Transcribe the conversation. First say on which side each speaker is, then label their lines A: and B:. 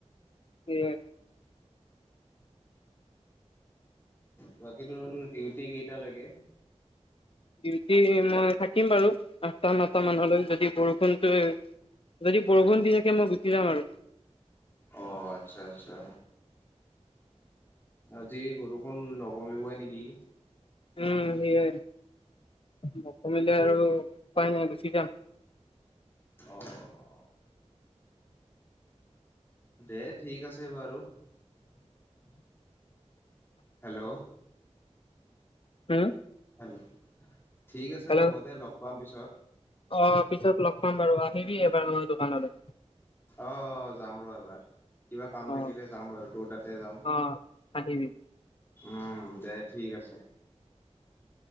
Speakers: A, on the left (about 50°); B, on the left (about 20°).
A: <unintelligible>
B: বাকী তোৰ ডিউটি কেইটা লৈকে?
A: ডিউটি, মই থাকিম বাৰু আঠটা-নটা মানলৈ যদি বৰষুণটো যদি বৰষুণ দি থাকে মই গুচি যাম আৰু।
B: অ', আচ্ছা আচ্ছা। আজি বৰষুণ নকমিবই নেকি?
A: উম, সেয়ে। নকমিলে আৰু পাই নাই, গুচি যাম।
B: অ অ দে ঠিক আছে বাৰু হেল্ল
A: হম
B: হেল্ল ঠিক আছে
A: হেল্ল'
B: হ'ব দে লগ পাম পিছত
A: অ পিছত লগ পাম বাৰু আহিবি এবাৰ মোৰ দোকানলৈ
B: অ অ যাম ৰ এবাৰ কিবা কাম থাকিলে
A: অ
B: যাম বাৰু তু তাতে যাম
A: অ আহিবি
B: উম দে ঠিক আছে